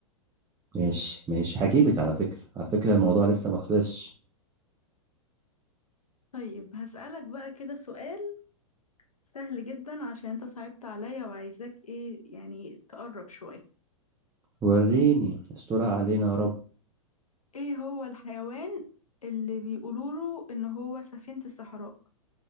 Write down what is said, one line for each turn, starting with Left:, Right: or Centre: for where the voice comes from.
Right: ماشي ماشي هجيبك على فكرة على فكرة الموضوع لسه مخلصش
Left: طيب هسألك بقى كده سؤال سهل جدا عشان أنت صعبت عليا وعايزاك إيه يعني تقرب شوية
Right: وريني استرها علينا يا رب
Left: ايه هو الحيوان اللي بيقولوله ان هو سفينة الصحراء